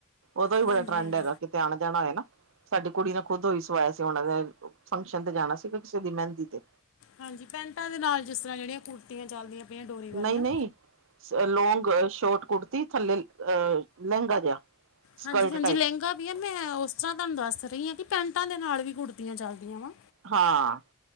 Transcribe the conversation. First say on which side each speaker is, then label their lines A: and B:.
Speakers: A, on the right (about 60°); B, on the left (about 65°).
A: ਔਦਾ ਵੀ ਬੜਾ
B: ਹਾਂਜੀ
A: ਟਰੈਂਡ
B: ਹਾਂਜੀ
A: ਹੈਗਾ। ਕਿਤੇ ਆਣਾ-ਜਾਣਾ ਹੋਏ ਨਾ। ਸਾਡੀ ਕੁੜੀ ਨੇ ਖੁਦ <unintelligible> ਸੀ। ਫੰਕਸ਼ਨ ਤੇ ਜਾਣਾ ਸੀ ਕਿਸੇ ਦੀ ਮਹਿੰਦੀ ਤੇ।
B: ਹਾਂਜੀ, ਪੈਂਟਾਂ ਦੇ ਨਾਲ ਜਿਸ ਤਰ੍ਹਾਂ ਜੇੜੀਆਂ ਕੁਰਤਿਆਂ ਚੱਲਦੀਆਂ। ਪਈਆਂ ਡੋਰੀ ਵਾਲੀਆਂ
A: ਨਹੀਂ-ਨਹੀਂ, ਸ ਲੌਗ ਅ ਸ਼ੋਰਟ ਕੁੜਤੀ ਥੱਲੇ ਅ ਲਹਿੰਗਾ ਜਿਹਾ। ਸਕਲਟ
B: ਹਾਂਜੀ-ਹਾਂਜੀ
A: ਟਾਈਪ
B: ਲਹਿੰਗਾ ਵੀ ਆ। ਮੈਂ ਉਸ ਤਰ੍ਹਾਂ ਤੁਹਾਨੂੰ ਦੱਸ ਰਹੀ ਹਾਂ ਕਿ ਪੈਂਟਾਂ ਦੇ ਨਾਲ ਵੀ ਕੁੜਤੀਆਂ ਚਲਦੀਆਂ ਵਾ।
A: ਹਾਂ।